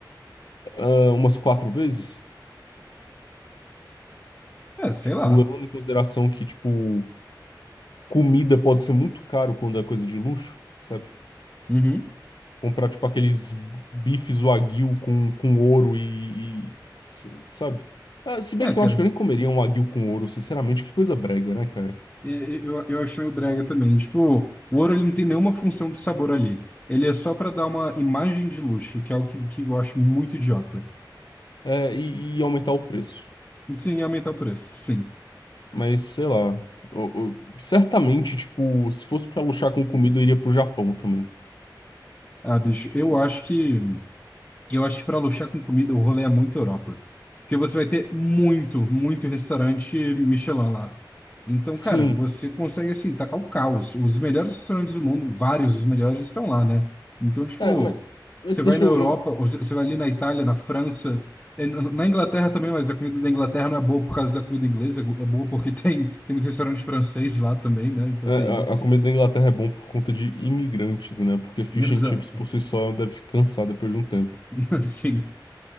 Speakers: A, on the left; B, on the left.
A: ah, umas quatro vezes?
B: É, sei
A: Tipo,
B: lá.
A: levando em consideração que, tipo, comida pode ser muito caro quando é coisa de luxo, sabe?
B: Uhum.
A: Comprar, tipo, aqueles bifes wagyu com, com ouro e, e s- sabe? Ah, se bem
B: É,
A: que
B: cara.
A: eu acho que eu nem comeria um wagyu com ouro, sinceramente, que coisa brega, né, cara?
B: e- e- Eu, eu acho meio brega também. Tipo, o ouro ele não tem nenhuma função de sabor ali. Ele é só pra dar uma imagem de luxo, que é algo que, que eu acho muito idiota.
A: é, e, e aumentar o preço.
B: Sim, aumentar o preço. Sim.
A: Mas sei lá. o- o- certamente, tipo, se fosse pra luxar com comida, eu iria pro Japão também.
B: Ah, bicho, eu
A: Hum,
B: acho que Eu acho que para luxar com comida, o rolê é muito Europa. Porque você vai ter muito, muito restaurante Michelin lá. Então,
A: Sim.
B: cara, você consegue, assim, tacar o caos. Os melhores restaurantes do mundo, vários dos melhores, estão lá, né? Então, tipo,
A: É, mas, mas
B: você vai
A: deixa
B: na
A: eu.
B: Europa,
A: eu-
B: ou você você vai ali na Itália, na França, eh, na na Inglaterra também, mas a comida da Inglaterra não é boa por causa da comida inglesa, é bo- é boa porque <laughs> tem, tem muito restaurante francês lá também, né? Então
A: é,
B: tem isso.
A: a, a comida da Inglaterra é bom por conta de imigrantes, né? Porque fish
B: Exato.
A: and chips por si só deve cansar depois de um tempo.
B: <laughs> Assim.